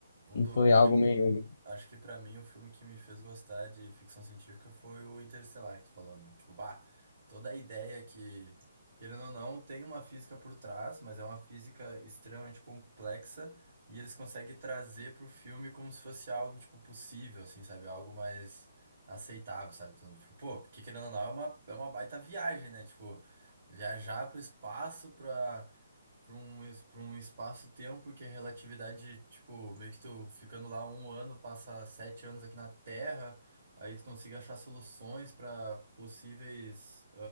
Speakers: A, on the right; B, on the left.
A: Um
B: E
A: do,
B: foi
A: acho,
B: algo meio.
A: acho que pra mim o filme que me fez gostar de ficção científica foi o Interestelar que tu falou, meu. Tipo, bah, toda a ideia que, querendo ou não, tem uma física por trás, mas é uma física extremamente complexa e eles conseguem trazer pro filme como se fosse algo, tipo, possível, assim, sabe? Algo mais aceitável, sabe? Então, tipo, pô, porque querendo ou não, é uma, é uma baita viagem, né? Tipo, viajar pro espaço pra para um, es- pra um espaço-tempo que é relatividade, tipo, meio que tu ficando lá um ano, passa sete anos aqui na Terra, aí tu consiga achar soluções para possíveis,